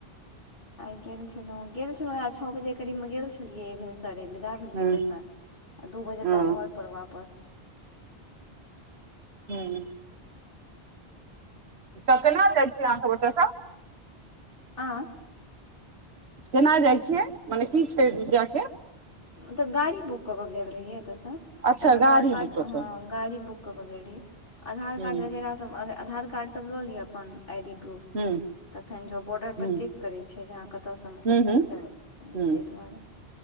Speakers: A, on the left (about 60°); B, on the right (about 80°).
A: आइ गेल छलों गेल छलों आ छ बजे करीब मे गेल छलियै भि सरे विदा भेलियै
B: हूं
A: एतऽसँ दू बजे
B: ओ
A: तक घर पर वापस
B: हूँ तऽ केना जाय छियै अहां सब ओतऽ सऽ
A: आँय
B: केना जाइ छियै मने की छै जाय के
A: मतलब गाड़ी बुक कऽ कऽ गेल रहियै एतयसँ
B: अच्छा
A: अपन आधार
B: गाड़ी
A: कार्ड
B: बुक कऽ
A: हाँ
B: कऽ
A: गाड़ी बुक कऽ कऽ गेल रही आधार
B: हूं
A: कार्ड वगैरह सब आधार कार्ड सब लऽ लिय अपन आइ डी प्रूफ
B: हूं
A: तखन जाउ बॉर्डर
B: हूं
A: पर चेक करै छै जे अहाँ कतयसँ मतलब
B: हूं हूं
A: कीसभ
B: हूं
A: तै दुआरे